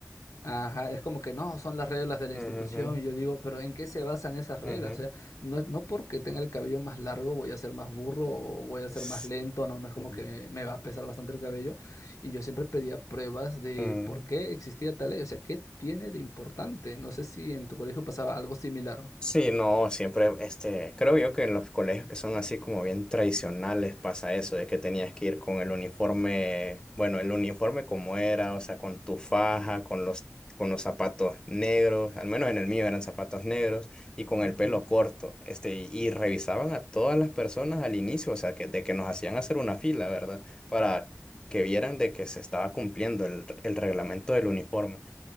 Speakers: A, on the left; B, on the left.
A: Ajá, es como que no, son las reglas de la
B: Ujú,
A: institución. Y yo digo, pero ¿en qué se basan esas reglas?
B: ujú.
A: O sea, no, es- no porque tenga el cabello más largo voy a ser más burro o voy a ser
B: S-
A: más lento, no, no es como
B: ujú,
A: que me, me va a pesar bastante el cabello. Y yo siempre pedía pruebas de
B: ujú.
A: por qué existía tal ley, o sea, ¿qué tiene de importante? No sé si en tu colegio pasaba algo similar.
B: Sí, no, siempre, este, creo yo que en los colegios que son así como bien tradicionales pasa eso, de que tenías que ir con el uniforme, bueno, el uniforme como era, o sea, con tu faja, con los, con los zapatos negros, al menos en el mío eran zapatos negros, y con
A: Ujú.
B: el pelo corto, este, y, y revisaban a todas las personas al inicio, o sea, que, de que nos hacían hacer una fila, ¿verdad? Para que vieran de que se estaba cumpliendo el el reglamento del uniforme.